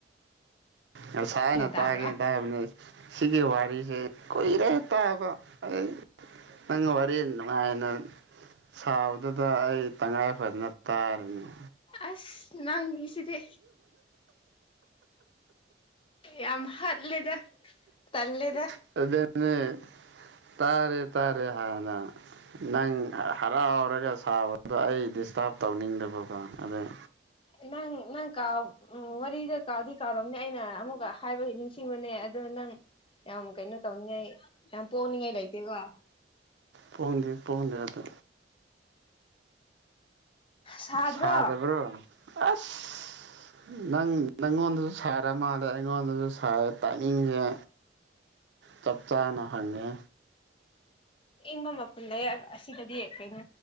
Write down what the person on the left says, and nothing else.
ꯒ꯭ꯌꯥꯟ ꯇꯥꯕ꯭ꯔꯥ
ꯑꯁ ꯅꯪꯒꯤꯁꯤꯗꯤ ꯌꯥꯝ ꯍꯠꯂꯦꯗ ꯇꯜꯂꯦꯗ
ꯅꯪ ꯅꯪ ꯀꯥꯎ ꯑꯣ ꯋꯥꯔꯤꯗꯣ ꯀꯥꯎꯗꯤ ꯀꯥꯎꯔꯝꯅꯤ ꯑꯩꯅ ꯑꯃꯨꯛꯀ ꯍꯥꯏꯕꯒꯤ ꯅꯤꯡꯁꯤꯡꯕꯅꯦ ꯑꯗꯨ ꯅꯪ ꯌꯥꯝ ꯀꯩꯅꯣ ꯇꯧꯅꯤꯡꯉꯥꯏ ꯌꯥꯝ ꯄꯣꯛꯅꯤꯡꯉꯥꯏ ꯂꯩꯇꯦꯀꯣ
ꯁꯥꯗ꯭ꯔꯣ
ꯏꯪꯕ ꯃꯐꯝꯗꯥ ꯑꯁꯤꯗꯗꯤ ꯀꯩꯅꯣ